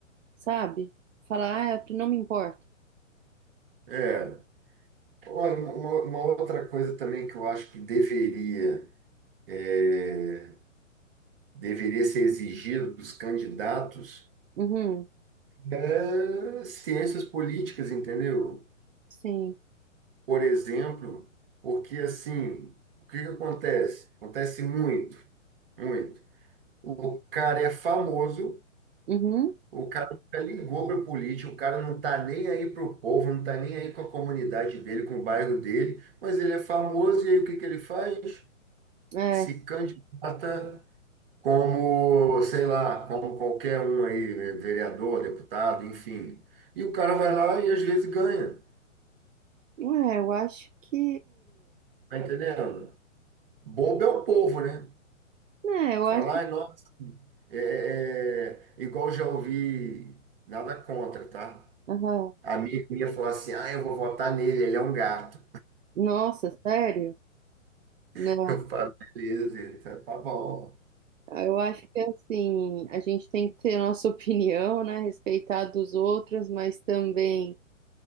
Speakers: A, on the right; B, on the right.
A: sabe? Falar, ah, eu não me importa.
B: É. Olha, uma, uma outra coisa também que eu acho que deveria, é, deveria ser exigido dos candidatos
A: Uhum,
B: é ciências políticas, entendeu?
A: sim.
B: por exemplo, porque assim, o que que acontece? Acontece muito, muito. O cara é famoso,
A: Uhum,
B: o cara nunca ligou para política, o cara não tá nem aí para o povo, não tá nem aí com a comunidade dele, com o bairro dele, mas ele é famoso e aí o que que ele faz?
A: é.
B: Se candidata como, sei lá, como qualquer um aí, é, vereador, deputado, enfim. E o cara vai lá e às vezes ganha,
A: Ué, eu acho que.
B: tá entendendo? Bobo é o povo, né?
A: É, eu
B: Falar,
A: acho.
B: "Ai, nossa, é, é, é, igual já ouvi, nada contra, tá?
A: Aham.
B: Amigo minha falar assim, ah, eu vou votar nele, ele é um gato.
A: Nossa, sério?
B: <laughs>
A: Né?
B: Eu falo, beleza, então tá tá bom.
A: Ah, Eu acho que assim, a gente tem que ter a nossa <laughs> opinião, né? Respeitar a dos outros, mas também